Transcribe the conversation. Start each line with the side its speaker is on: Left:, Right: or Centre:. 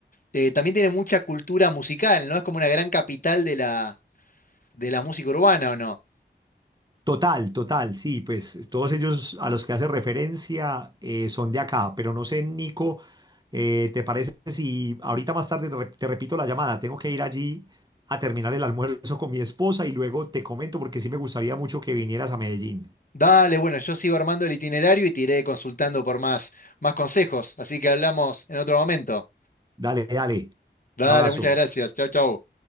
Left: Eh, también tiene mucha cultura musical, ¿no? Es como una gran capital de la, de la música urbana, ¿o no?
Right: Total, total, sí, pues todos ellos a los que hace referencia eh, son de acá, pero no sé, Nico, eh, ¿te parece si ahorita más tarde te, re- te repito la llamada? Tengo que ir allí a terminar el almuerzo con mi esposa y luego te comento porque sí me gustaría mucho que vinieras a Medellín.
Left: Dale, bueno, yo sigo armando el itinerario y te iré consultando por más, más consejos, así que hablamos en otro momento.
Right: Dale, dale,
Left: Dale,
Right: un abrazo.
Left: muchas gracias. Chau, chau.